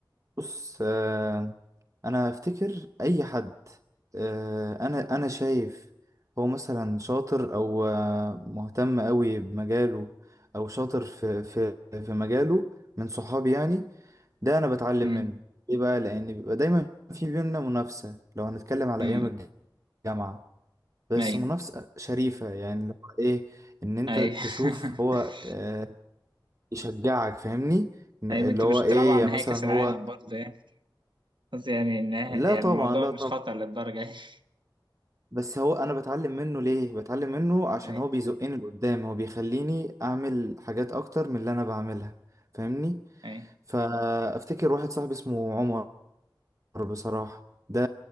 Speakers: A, on the right; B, on the right.
A: بص آه انا افتكر اي حد آه انا انا شايف هو مثلا شاطر او آه مهتم قوي بمجاله او شاطر في في في مجاله من صحابي يعني ده انا بتعلم
B: أمم.
A: منه ليه بقى لان بيبقى دايما في بينا منافسه لو هنتكلم على
B: أمم.
A: ايام الجامعه بس
B: أيوه
A: منافسه شريفه يعني اللي هو ايه ان انت
B: أيوه
A: تشوف هو
B: <laughs>
A: آه يشجعك فاهمني اللي
B: أيوه أنتوا
A: هو
B: مش
A: ايه
B: بتلعبوا على
A: يعني
B: نهائي
A: مثلا
B: كأس العالم
A: هو
B: برضه يعني بس يعني النها-
A: لا
B: يعني
A: طبعا
B: الموضوع
A: لا
B: مش
A: طبعا
B: خطر للدرجة يعني <laughs>
A: بس هو انا بتعلم منه ليه بتعلم منه عشان
B: أيوه
A: هو بيزقني لقدام هو بيخليني اعمل حاجات اكتر من اللي انا بعملها فاهمني
B: أيوه
A: فافتكر واحد صاحبي اسمه عمر بصراحة ده